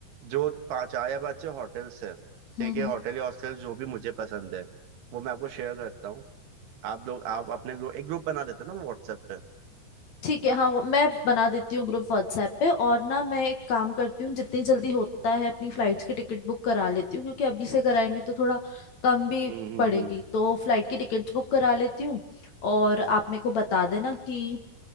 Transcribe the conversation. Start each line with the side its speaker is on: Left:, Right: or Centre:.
Right: जो पाँच चार या पाँच छः होटल्स है
Left: हम्म
Right: ठीक है
Left: हम्म।
Right: होटल या हॉस्टल जो भी मुझे पसंद है वो मैं आपको शेयर करता हूँ आप लोग आप अपने ग्रुप एक ग्रुप बना देते हैं ना व्हाट्सएप पे
Left: ठीक है हाँ वो मैं बना देती हूँ ग्रुप व्हाट्सएप पे और ना मैं एक काम करती हूँ जितनी जल्दी होता है अपनी फ्लाइट्स की टिकट बुक करा लेती हूँ क्योंकि अभी से कराएंगे तो थोड़ा कम भी
Right: हम्म हम्म
Left: पड़ेगी
Right: हम्म।
Left: तो फ्लाइट की टिकट्स बुक करा लेती हूँ और आप मेरे को बता देना कि